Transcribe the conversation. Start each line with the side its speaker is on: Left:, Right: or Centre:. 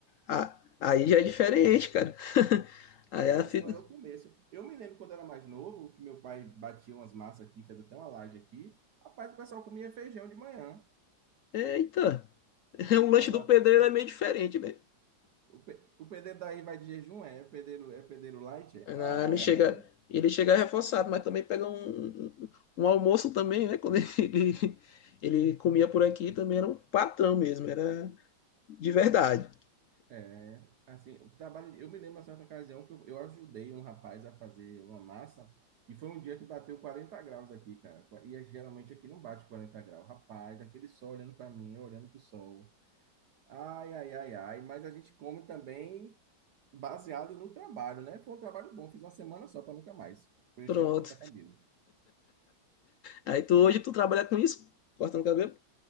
Left: ah, aí já é diferente, cara. <laughs> Aí
Right: Aí
Left: ela fica.
Right: só é o começo. Eu me lembro quando era mais novo, que meu pai batia umas massas aqui, fez até uma laje aqui. Rapaz, o pessoal comia feijão de manhã.
Left: Eita, <laughs> o lanche
Right: Exatamente.
Left: do pedreiro é meio diferente, né?
Right: O, pe- o pedreiro daí vai de jejum, é? O Pedreiro, é pedreiro light? É?
Left: Ah,
Right: Ai,
Left: Ele chega,
Right: ai.
Left: ele chega reforçado, mas também pega um, um um almoço também, né? Quando <laughs> ele, ele comia por aqui, também era um patrão mesmo, era de verdade.
Right: É, assim, o trabalho. Eu me lembro, uma certa ocasião, que eu, eu ajudei um rapaz a fazer uma massa, e foi um dia que bateu 40 graus aqui, cara. Qua- E é- geralmente aqui não bate 40 graus. Rapaz, aquele sol olhando para mim, eu olhando pro sol. Ai, ai, ai, ai. Mas a gente come também baseado no trabalho, né? Foi um trabalho bom, fiz uma semana só para nunca mais. Prefiro
Left: Pronto.
Right: cortar cabelo.
Left: Aí tu hoje tu trabalha com isso, cortando cabelo,